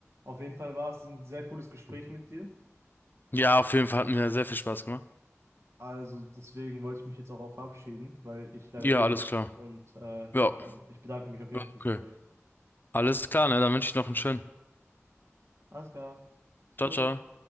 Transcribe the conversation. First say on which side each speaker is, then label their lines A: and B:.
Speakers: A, on the right; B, on the left.
A: auf jeden Fall war es ein sehr cooles Gespräch mit dir.
B: Ja,
A: Aber
B: auf jeden Fall hat mir sehr viel Spaß gemacht.
A: also deswegen wollte ich mich jetzt auch auf verabschieden, weil ich leider
B: Ja,
A: gehen
B: alles
A: muss.
B: klar.
A: Und äh,
B: Ja,
A: ich bedanke mich auf jeden
B: okay.
A: Fall fürs Gespräch.
B: Alles klar, ne? Dann wünsche ich noch einen schönen.
A: Alles klar.
B: Ciao,
A: Ciao.
B: ciao.